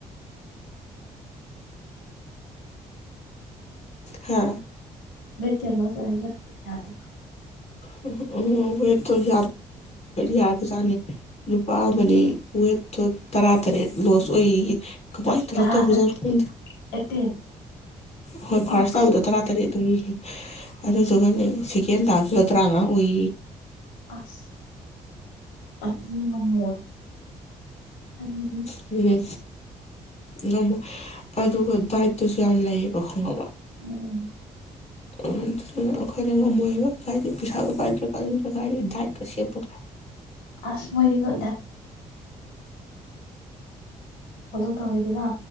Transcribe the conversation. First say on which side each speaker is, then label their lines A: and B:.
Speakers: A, on the left; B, on the left.
A: <unintelligible> <unintelligible> <unintelligible>
B: ꯍꯥ
A: ꯋꯦꯠ ꯀꯌꯥ ꯂꯣꯁ ꯑꯣꯏꯔꯒꯥ <unintelligible>
B: <unintelligible> <unintelligible> <unintelligible> ꯌꯥꯕꯖꯥꯠꯅꯤ ꯅꯨꯄꯥ ꯑꯃꯅꯤ ꯋꯦꯠ ꯇꯔꯥ ꯇꯔꯦꯠ ꯂꯣꯁ ꯑꯣꯏꯌꯦꯌꯦ ꯀꯃꯥꯏꯅ ꯇꯧꯔ
A: ꯇꯔꯥ
B: ꯇꯧꯖ
A: ꯁꯚꯦꯟ
B: ꯎꯝ
A: ꯑꯦꯠꯇꯤꯟ
B: ꯍꯣꯏ ꯐꯥꯔꯁ
A: ꯑꯣ
B: ꯇꯥꯕꯗ ꯇꯔꯥ ꯇꯔꯦꯠ ꯑꯗꯨꯝ ꯑꯗꯨꯗꯨꯒ ꯁꯤꯀꯦꯟꯗꯥꯥꯡ ꯐꯇ꯭ꯔꯥꯉ ꯑꯣꯏ
A: ꯑꯁ ꯑ ꯉꯃ ꯍꯥꯏꯗꯤ
B: ꯑꯗꯨꯅꯦ ꯉꯝꯃꯣꯏ ꯑꯗꯨꯒ ꯗꯥꯏꯠꯇꯁꯨ ꯌꯥꯝ ꯂꯩꯌꯦꯕ ꯈꯪꯗ
A: ꯎꯝ
B: ꯑꯩꯈꯣꯌꯅꯥ ꯉꯝꯃꯣꯏꯟꯕ ꯀꯗꯥꯏꯗꯒꯤ ꯄꯩꯁꯒꯥ ꯄꯥꯏꯗꯔꯥ ꯀꯟꯁꯤꯗ ꯗꯣꯏꯠ
A: ꯑꯁ ꯃꯔꯤꯗꯥ ꯄꯣꯂꯣ ꯇꯧꯋꯤꯗꯨꯅ